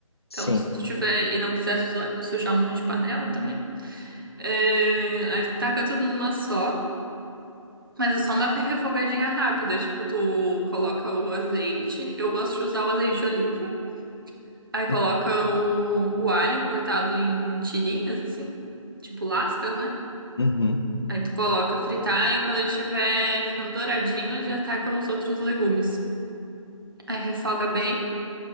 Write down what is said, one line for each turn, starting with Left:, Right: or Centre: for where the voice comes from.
Left: Sim.
Right: Então, se tu tiver e não quiser su- sujar um monte de panela também, é, aí taca tudo numa só. Mas é só uma refogadinha rápida, tipo, tu coloca o azeite, eu gosto de usar o azeite de oliva, aí coloca
Left: Uhum.
Right: o, o alho cortado em tirinhas, assim, tipo lascas, né?
Left: Uhum.
Right: Aí tu coloca fritar e quando ele estiver ficando douradinho, já taca os outros legumes. Aí refoga bem.